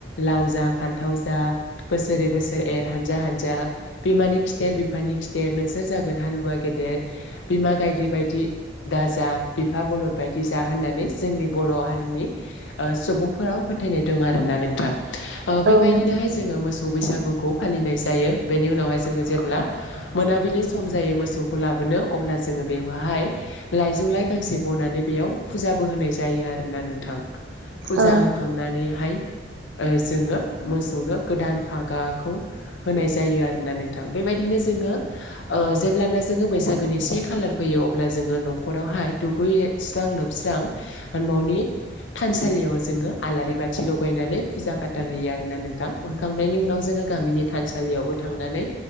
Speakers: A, on the left; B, on the right.
A: लाव जा फान्थाव जा बोसोरै बोसोर एर हानजा हानजा बिमानि खिथेर बिफानि। खिथेर नोंसोर जागोन हालुवा गेदेर बिमा गायदे बायदि दाजा बिफा बलद बायदि। जा होननानै जोंनि बर हारिनि सुबुंफोराव फोथायनाय दं आरोना नोंथां। बेबायदिनोहाय
B: औ नंगौ
A: जोंङो मोसौ बैसागु। खौ फालिनाय जायो बेनि उनावहाय जोंङो जेब्ला मोनाबिलि सम जायो मोसौखौ लाबोनो अब्ला। जोंङो बेयावहाय लाइजौ लाय गांसे बनानै। बेयाव फुजाबो होनाय जायो आरोना नोंथां फुजा
B: औ
A: होखांनानैहाय।
B: <inaudible>
A: जोंङो मोसौनो गोदान फागाखौ होनाय जायो आरोना नोंथां बेबायदिनो जों। जेब्लाना जोंङो बैसागुनि से खालार फैयो अब्ला जोंङो नखरावहाय दुगै। स्रां लोबस्रां न'नि थानसालियाव जोङो आलारि बाथि लगायनानै फुजा फाथाल होयो आरो ना नोंथां होखांनायनि उनाव जोङो गामिनि थानसालियावबो थांनानै